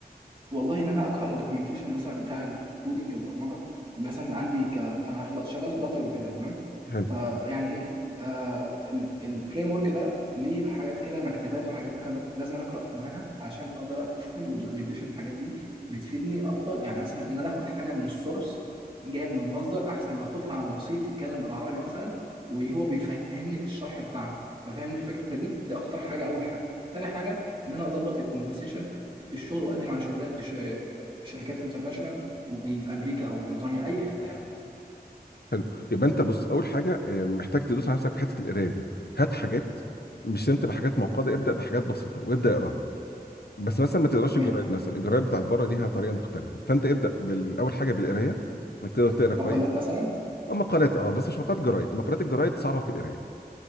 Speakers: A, on the right; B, on the left.
A: والله ان انا اقرا الدوكيومنتيشن مثلا بتاع ال- الكودينج البرمجه مثلا عندي ك... انا فل- شغال فلاتر وكده تمام
B: حلو.
A: فيعني ايه آه الفريم ورك ده ليه حاجات كده مكتبات وحاجات انا ب- لازم أنا اقرا منها علشان اقدر افهم والدوكيومنتيشن والحاجات دي بتفيدني اكتر يعني مثلا ان انا اخد حاجه من السورس جايه من المصدر احسن ما اخدها عن وسيط يتكلم بالعربي مثلا وهو بيفهمني الشرح بتاعها ففهمني الفكره دي دي اكتر حاجه اول حاجه تاني حاجه ان انا اظبط الكونفرسيشن في الشغل واقدم على شغلات ش- شركات انترناشونال وفي امريكا او بريطانيا اي حته يعني
B: حلو يبقى انت بص اول حاجه آه، محتاج تدوس على نفسك في حته القرايه دي هات حاجات مش سمت بحاجات معقده ابدا بحاجات بسيطه وابدا اقراها بس مثلا ما تقراش
A: تمام
B: الجرايد مثلا الجرايد بتاعت بره ليها طريقه مختلفه فانت ابدا بالاول حاجه بالقرايه انك تقدر تقرا كويس
A: مقالات مثلا
B: اما مقالات اه بس مش مقالات جرايد مقالات الجرايد صعبه في القرايه